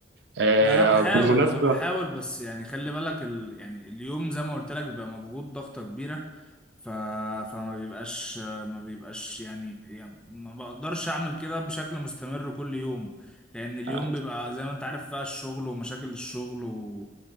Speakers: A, on the right; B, in the centre.
A: آه
B: انا بحاول
A: بالمناسبة
B: انا بحاول بس يعني خلي بالك ال... يعني اليوم زي ما قلت لك بيبقى مضغوط ضغطة كبيرة ف... فما بيبقاش ما بيبقاش يعني... يعني ما بقدرش اعمل كده بشكل مستمر كل يوم لان اليوم
A: آه،
B: بيبقى زي ما انت عارف بقى الشغل ومشاكل الشغل و...